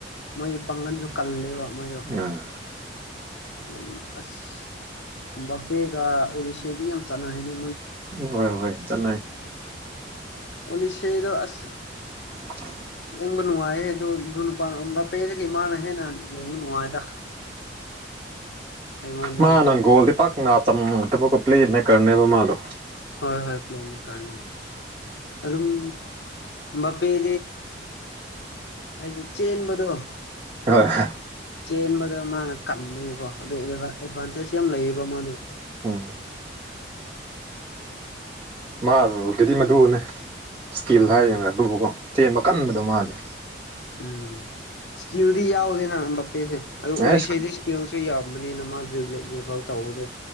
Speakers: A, on the left; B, on the right.
A: ꯃꯣꯏꯒꯤ ꯄꯥꯡꯒꯟꯁꯨ ꯀꯜꯂꯦꯕ
B: ꯑ
A: ꯃꯣꯏꯗꯣ ꯑꯗꯨꯝ ꯑꯁ ꯕꯝꯕꯦꯒ ꯎꯔꯤꯁꯦꯒ ꯌꯥꯝ ꯆꯥꯟꯅ ꯍꯥꯏꯅꯤ
B: ꯍꯣꯏ ꯍꯣꯏ ꯆꯥꯏ
A: ꯑꯣꯂꯤꯤꯁꯗꯣ ꯑꯁ
B: <unintelligible>
A: ꯌꯦꯡꯕ ꯅꯨꯡꯉꯥꯏꯍꯦ ꯑꯗꯨ ꯑꯗꯨ ꯅꯨꯄꯥ ꯕꯥꯄꯦꯗꯒꯤ ꯃꯥꯃꯅ ꯍꯦꯟꯅ ꯌꯦꯡꯕ ꯅꯨꯡꯉꯥꯏꯗ ꯑꯩꯉꯣꯟꯗꯗꯤ
B: ꯃꯥ ꯅꯪꯒꯣꯜꯗ ꯛ ꯉ ꯆ ꯊꯕꯛꯀ ꯄ꯭ꯂꯂꯤꯖ ꯃ ꯀꯔꯅꯦꯕ ꯃꯥꯗꯣ
A: ꯍꯣꯏ ꯍꯣꯏ ꯄꯤ ꯀ ꯑꯗꯨ ꯑꯗꯨꯝ ꯄꯦꯦ ꯍꯥꯏꯗꯤ ꯆꯦꯟꯕꯗꯣ
B: ꯍꯣꯏꯣꯏ
A: ꯆꯦꯟꯕꯗ ꯃꯥꯅ ꯀꯟꯕꯅꯦꯀꯣ ꯑꯗꯨ ꯑꯦꯗꯚꯥꯟꯇꯦꯖ ꯌꯥꯝ ꯂꯩꯌꯦꯕ ꯃꯥꯗꯤ
B: ꯎꯝ ꯃꯥꯒꯤꯗꯤ ꯃꯗꯨꯅꯦ ꯏꯁꯀꯤꯜ
A: ꯎꯝ
B: ꯍꯥꯏ ꯑꯗꯨꯕꯨꯀꯣ ꯆꯦꯟ ꯀꯟꯕꯗ ꯃꯥꯜꯂꯤꯦ
A: ꯎꯝ ꯁꯌꯔꯤ ꯌꯥꯎꯗ ꯅ ꯄꯦꯁꯦ ꯑꯗꯨ ꯑꯣꯂꯤꯁꯗ
B: ꯑꯦꯁ
A: ꯏꯁꯀꯦꯜꯁꯨ ꯌꯥꯝꯕꯅꯤꯅ ꯃꯥ ꯔꯤꯚ ꯇꯧꯕꯗꯣ